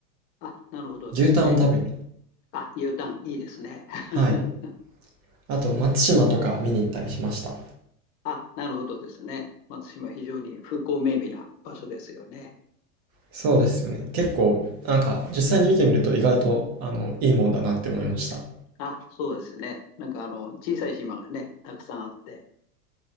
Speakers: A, on the left; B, on the right.
A: あ、なるほどですね。
B: 牛タンを食べに。
A: あ、U ターン、いいですね。<laughs>
B: はい。あと松島とか見に行ったりしました。
A: あ、なるほどですね。松島、非常に風光明媚な場所ですよね。
B: そうですよね。結構、なんか実際に見てみると意外と、あの、いいもんだなって思いました。
A: あ、そうですね。なんか、あの、小さい島がね、たくさんあって、